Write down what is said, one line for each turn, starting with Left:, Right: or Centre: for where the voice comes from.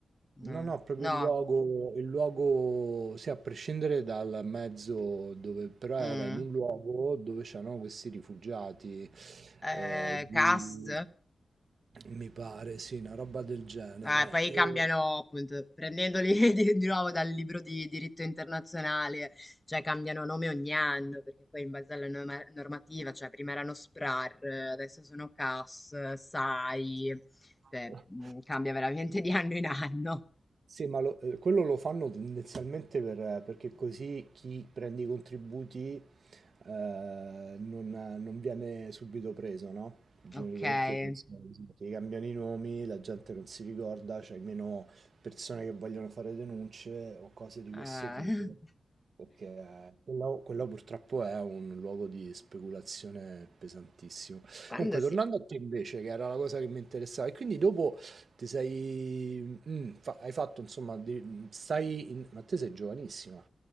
Right: No,
Left: mm,
Right: no, proprio
Left: no,
Right: il luogo, il luogo, sì, a prescindere dal mezzo dove, però
Left: mm.
Right: era in un luogo dove c'erano questi rifugiati,
Left: Eh,
Right: eh, di,
Left: CAS.
Right: mi pare, sì, una roba del genere.
Left: Ah, poi
Right: E...
Left: cambiano, appunto, prendendoli <laughs> di, di nuovo dal libro di diritto internazionale, cioè cambiano nome ogni anno, perché poi in base alla norma- normativa, cioè prima erano SPRAR, adesso sono CAS, SAI,
Right: <laughs>
Left: cioè mh, cambia veramente di anno in anno.
Right: Sì, ma lo- eh, quello lo fanno tendenzialmente per- perché così chi prende i contributi eh, non, non viene subito preso, no? Genericamente
Left: Ok. eh.
Right: funziona così, perché gli cambiano i nomi, la gente non si ricorda, c'è meno persone che vogliono fare denunce o cose di
Left: <laughs>
Right: questo tipo, perché eh, quello, quello purtroppo è un luogo di speculazione pesantissimo.
Left: Quando
Right: Comunque,
Left: si...
Right: tornando a te invece, che era la cosa che mi interessava, e quindi dopo ti sei... mm, fa- hai fatto, insomma, di- stai in- Ma te sei giovanissima,